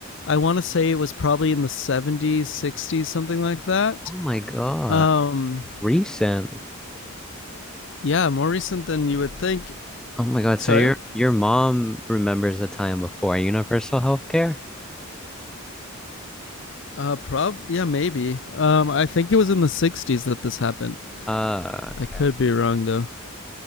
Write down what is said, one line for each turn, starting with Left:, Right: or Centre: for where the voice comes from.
Left: I want to say it was probably in the 70s, 60s, something like that.
Centre: Oh my God.
Left: Um,
Centre: Recent.
Left: yeah, more recent than you would think.
Centre: Oh my God.
Left: Sorry.
Centre: So your your mom remembers the time before universal healthcare?
Left: Uh, prob yeah, maybe. Um, I think it was in the 60s that this happened.
Centre: Uh, okay.
Left: I could be wrong though.